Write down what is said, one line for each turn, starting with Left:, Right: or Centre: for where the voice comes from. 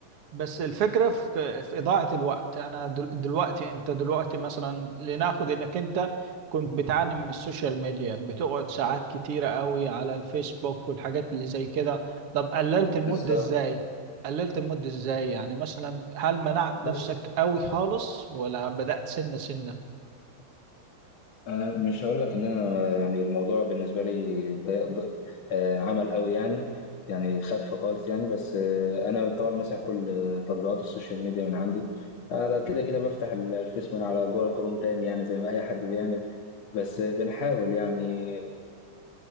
Right: بس الفكرة في, في إضاعة الوقت أنا دل- دلوقتي أنت دلوقتي مثلا لناخد إنك أنت كنت بتعاني من السوشيال ميديا بتقعد ساعات كتيرة قوي على الفيسبوك والحاجات اللي زي كده طب قللت المدة
Left: بالظبط
Right: إزاي؟ قللت المدة إزاي؟ يعني مثلا هل منعت
Left: بص
Right: نفسك قوي خالص ولا بدأت سنة سنة؟
Left: انا مش هقول لك ان انا يعني الموضوع بالنسبه لي ضيق ضيق آه، عمل قوي يعني يعني خف خالص يعني بس آه، انا طبعا مسح كل آه، تطبيقات السوشيال ميديا من عندي آه، لا كده كده بفتح ال- الفيس من على جوجل كروم تاني يعني زي ما اي حد بيعمل بس آه، بنحاول يعني